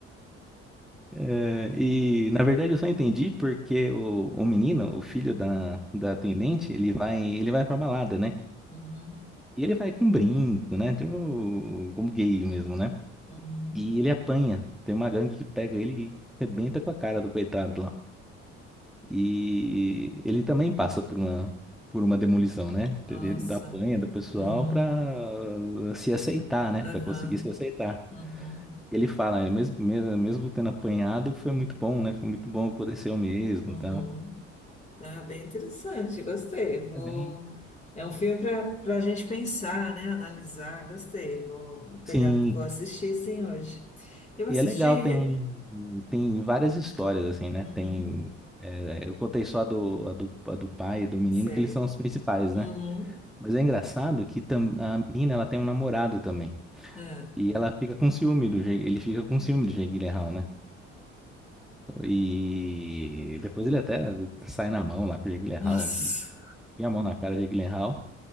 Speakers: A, in the centre; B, on the left (about 20°).
A: É, e na verdade eu só entendi porque o, o menino, o filho
B: Uhum.
A: da, da atendente, ele vai, ele vai pra balada, né?
B: Uhum,
A: E ele vai com brinco, né? Tipo, como gay mesmo, né?
B: uhum.
A: E ele apanha. Tem uma gangue que pega ele e arrebenta com a cara do coitado lá. E ele também passa por uma, por uma demolição, né?
B: Nossa.
A: Ele apanha do pessoal
B: Uhum,
A: pra eh, se aceitar, né?
B: aham,
A: Pra conseguir se aceitar.
B: uhum,
A: Ele fala, "É, mesmo, mesmo, mesmo tendo apanhado, foi muito bom, né? Foi muito bom poder ser eu mesmo,
B: uhum.
A: tal.
B: Ah, bem interessante, gostei. Vou...
A: É bem.
B: É um filme para para a gente pensar, né? Analisar, gostei. Vou pegar,
A: Sim,
B: vou assistir sim hoje. Eu assisti.
A: e é legal, tem, tem várias histórias, assim, né?
B: Uhum,
A: Tem. é, eu contei só a do, a do, a do pai e do menino,
B: sei.
A: que eles são os principais,
B: Uhum,
A: né? Mas é engraçado que tam- a menina, ela tem um namorado também.
B: é.
A: E ela fica com ciúme do Jake, ele fica com ciúme do Jake Gyllenhaal, né? E depois ele até sai na mão lá pro Jake Gyllenhaal,
B: Nossa.
A: enfia a mão na cara do Jake Gyllenhaal.